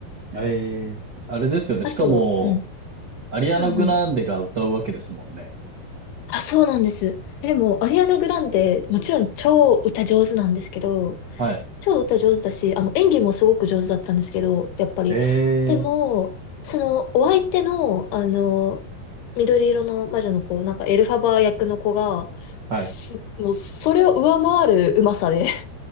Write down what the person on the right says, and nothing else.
えー、あれですよね。
しかも、
アリアナ・
グランデが歌うわけですもんね。
はい。
えー、
はい。